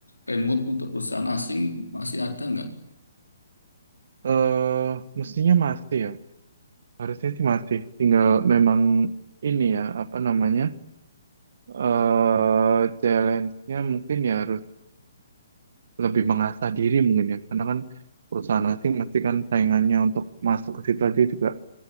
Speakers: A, on the left; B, on the right.
A: remote untuk perusahaan asing masih ada nggak?
B: Eh, mestinya masih ya. Harusnya sih masih. Tinggal memang ini ya, apa namanya? eh challenge-nya mungkin ya harus lebih mengasah diri mungkin ya karena kan perusahaan asing pasti kan saingannya untuk masuk ke situ aja juga